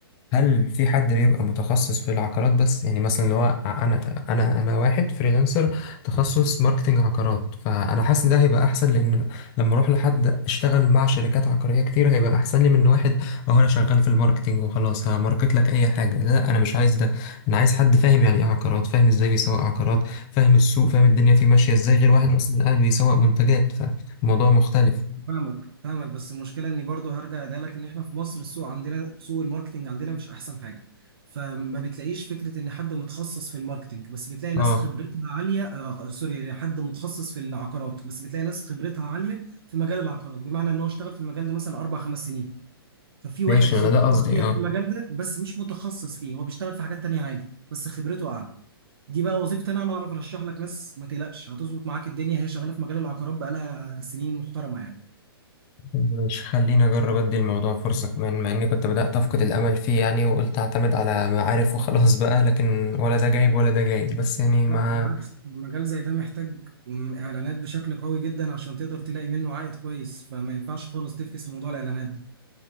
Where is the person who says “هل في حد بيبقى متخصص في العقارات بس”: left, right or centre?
Left